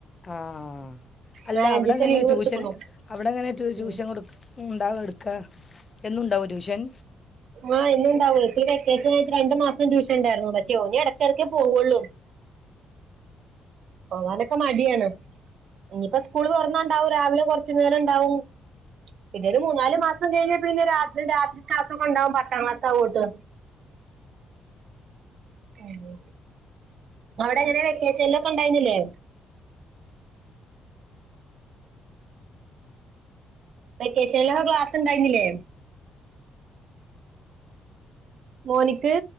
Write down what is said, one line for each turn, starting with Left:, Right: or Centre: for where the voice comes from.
Left: ആഹ് അല്ല
Right: നാലഞ്ചീസം
Left: അവിടെ എങ്ങനെ
Right: ലീവ് കൊടുത്തുക്കുണു
Left: ട്യൂഷന് അവിടെങ്ങനെ റ്റു
Right: ഉം
Left: ട്യൂഷൻ കൊടുക്ക ക്കുണ്ടാവാ എട്ക്കാ എന്നുണ്ടാവോ ട്യൂഷൻ
Right: ആഹ് എന്നുണ്ടാവൊയ് ഇപ്പ ഈ വെക്കേഷൻ ആയിട്ട് രണ്ട് മാസം ട്യഷൻ ഇണ്ടാര്ന്നു പക്ഷേ ഓന് എടക്കെടക്കേ പോവൊള്ളൂ പോകാനൊക്കെ മടിയാണ് ഇനിയിപ്പോ സ്കൂള് തൊറന്ന ഇണ്ടാവും രാവിലെ കൊറച്ചു നേരം ഇണ്ടാവും പിന്നെ ഒരു മൂന്നാല് മാസം കഴിഞ്ഞ പിന്നെ രാത്രിം രാത്രി ക്ലാസൊക്കെ ഇണ്ടാവും പത്താം ക്ലാസ്സ് ആവോണ്ട് ആണോ അവടെ എങ്ങനെ വെക്കേഷൻല്ലൊക്കെ ഇണ്ടായ്ന്നില്ലെ വെക്കേഷൻലൊക്കെ ക്ലാസ് ഇണ്ടായ്ന്നില്ലേ മോനിക്ക്